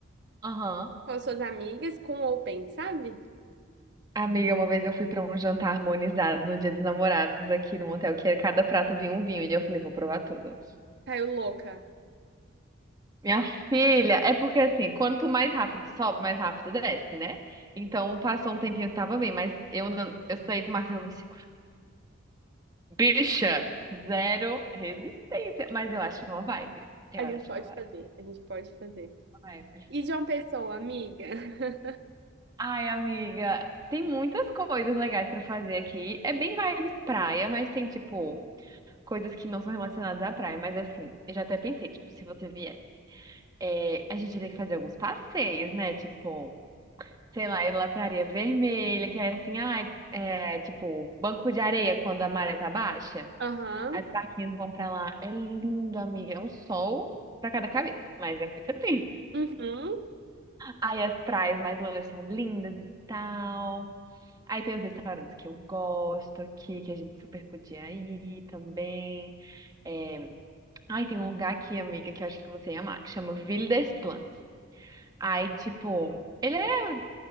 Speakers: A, on the right; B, on the right.
A: Aham.
B: com as suas amigas com open, sabe?
A: Amiga, uma vez eu fui para um jantar harmonizado no Dia dos Namorados aqui num hotel que cada prato vinha um vinho e eu falei, vou provar tudo.
B: Caiu louca.
A: Minha filha, é porque assim, quanto mais rápido sobe, mais rápido desce, né? Então passou um tempinho, eu tava bem, mas eu não, eu saí com o Marcos, eu me seguro. Bicha, zero resistência, mas eu acho uma vibe. Eu
B: A
A: acho
B: gente pode
A: uma vibe.
B: fazer, a gente pode fazer.
A: Uma Vibe.
B: E de uma Pessoa, amiga? <laughs>
A: Ai, amiga, tem muitas coisas legais pra fazer aqui. É bem vibes praia, mas tem tipo coisas que não são relacionadas à praia, mas assim, eu já até pensei, tipo, se você vier, é, a gente tem que fazer alguns passeios, né? Tipo, sei lá, ir lá pra Areia Vermelha, que é assim, ai, é, tipo, banco de areia quando a maré tá baixa.
B: Aham,
A: As barquinhas vão pra lá. É lindo, amiga. É um sol pra cada cabeça, mas é muito <laughs> lindo.
B: uhum.
A: Aí as praias mais longe são lindas e tal. Aí tem os restaurantes que eu gosto aqui, que a gente super podia ir também. É, Ai, tem um lugar aqui, amiga, que eu acho que você ia amar, que chama Ville des Plantes. Aí, tipo, ele é,